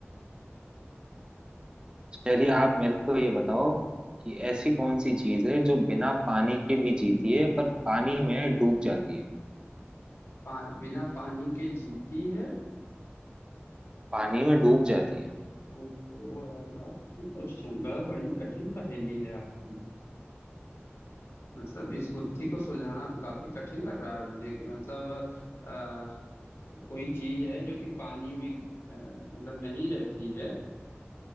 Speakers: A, on the right; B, on the left.
A: चलिए आप मेरे को ये बताओ कि ऐसी कौन सी चीज है जो बिना पानी के भी जीती है पर पानी में डूब जाती है
B: पा, बिना पानी के जीती है
A: पानी में डूब जाती है
B: ओहो यार बड़ा कठिन क्वेश्चन बड़ा बड़ी कठिन पहेली है आपकी मतलब इस गुत्थी को सुलझाना तो काफी कठिन लग रहा है मुझे कि मतलब आ, कोई चीज है जो कि पानी में अ, मतलब नहीं रहती है